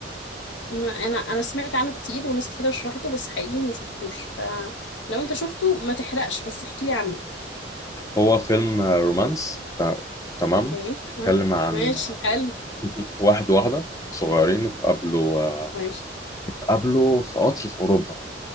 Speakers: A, on the left (about 80°); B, on the left (about 20°).
A: ما انا انا سمعت عنه كتير وناس كتير شرحته بس حقيقي ما شفتوش فلو انت شفته ما تحرقش بس احكي لي عنه
B: هو فيلم رومانس تا- تمام
A: اوكي
B: بيتكلم
A: ها.
B: عن
A: ماشي حلو
B: <laughs> واحد وواحدة صغيرين اتقابلوا آه،
A: ماشي
B: اتقابلوا في قطر في أوروبا